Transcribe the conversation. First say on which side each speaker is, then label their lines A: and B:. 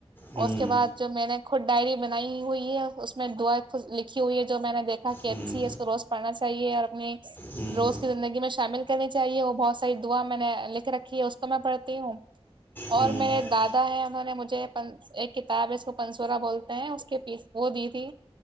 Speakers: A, on the left; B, on the right.
A: ہوں
B: اور اس کے بعد جو میں نے خود ڈائری بنائی ہوئی ہے اس میں دع لکھی ہوئی ہے جو میں نے دیک کہ
A: ہوں
B: اچھی ہے س روز پڑھنا چاہیے اور اپنےو
A: ہوں ہوں
B: اس کی زندگی میں شامل کرنی چاہیے وہ بہت ساری دعا میں نے لکھ رکھی ہے اس تو میں پڑھتی ہوں
A: ہوں
B: اور میرے دادا ہیں انہوں نے مجھے ایک کتاب ہے اس کو پنسورا بولتے ہیں اس کے پیس وہ دی تھی